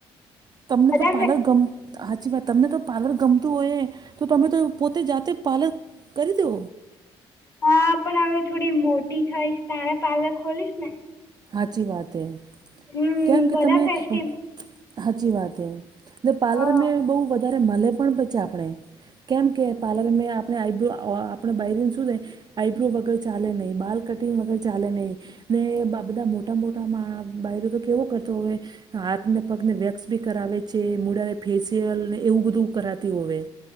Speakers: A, on the right; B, on the left.
A: તમને
B: બધા
A: તો પાર્લર
B: ફે
A: ગમ હાચી વાત તમને તો પાર્લર ગમતું હોય તો તમે તો પોતે જાતે પાર્લર કરી દો.
B: હા પણ હવે થોડી મોટી થઈશ તાણે પાર્લર ખોલીશ ને.
A: હાચી વાત એ
B: હમ
A: કેમ કે
B: બધા
A: તમે
B: ફેસ્ટિવ
A: <inaudible> હાચી વાત એ ને પાર્લર
B: હા.
A: મેં બહુ વધારે મલે પણ છે આપણે. કેમ કે
B: હા.
A: પાર્લર મેં આપણે આઈબ્રો અ આપણે બયરીને શું છે આઈબ્રો વગર ચાલે નહીં, બાલ કટિંગ વગર ચાલે નહીં ને બાલ આ બધા મોટા મોટામાં બાયરો તો કેવો કરતો હોય. હાથને પગને વેક્સ બી કરાવે છે, મૂડાને ફેસિયલને એવું બધું કરાતી હોવે.